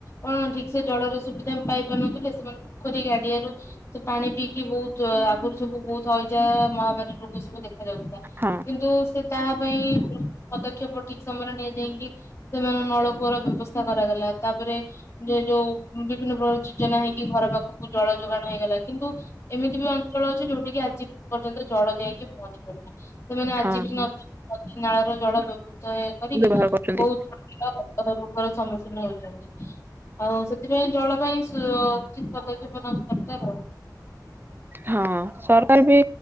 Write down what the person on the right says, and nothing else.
ହଁ
ହଁ
ହଁ
ବ୍ୟବହାର
କରୁଛନ୍ତି
ହଁ ସରକାର ବି